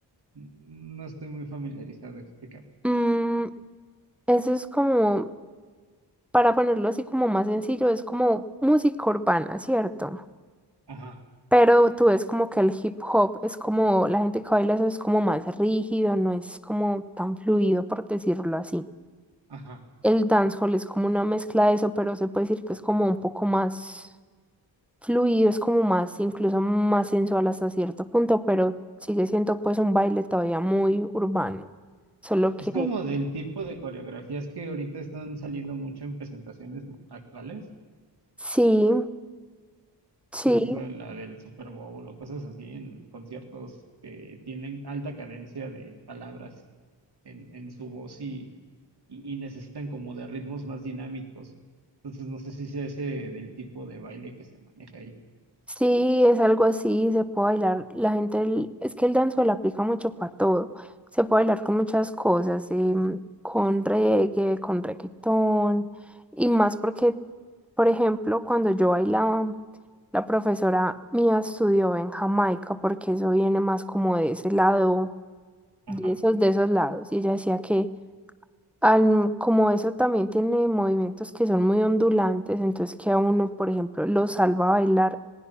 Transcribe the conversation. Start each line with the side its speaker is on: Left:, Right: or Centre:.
Right: No estoy muy familiarizado, explícame.
Centre: Mm, eso es como para ponerlo así como más sencillo, es como música urbana, ¿cierto?
Right: Ajá,
Centre: Pero tú ves como que el hip hop es como, la gente que baila eso es como más rígido, no es como tan fluido, por decirlo así.
Right: ajá.
Centre: El dancehall es como una mezcla de eso, pero se puede decir que es como un poco más fluido, es como más, incluso más sensual hasta cierto punto, pero sigue siendo pues un baile todavía muy urbano. Solo que
Right: Es como del tipo de coreografías que ahorita están saliendo mucho en presentaciones actuales.
Centre: sí, sí,
Right: Por ejemplo, en la del Super Bowl o cosas así, en conciertos que tienen alta cadencia de palabras en, en su voz y, y necesitan como de ritmos más dinámicos. Entonces no sé si sea ese del tipo de baile que se maneja ahí.
Centre: Sí, es algo así, se puede bailar. La gente, el- es que el dancehall aplica mucho para todo. Se puede bailar con muchas cosas, em, con reggae, con reggaetón, y más porque, por ejemplo, cuando yo bailaba, la profesora mía estudió en Jamaica, porque eso viene más como de ese lado, de
Right: Ajá,
Centre: esos, de esos lados. Y ella decía que al- como eso también tiene movimientos que son muy ondulantes, entonces que a uno, por ejemplo, lo salva a bailar,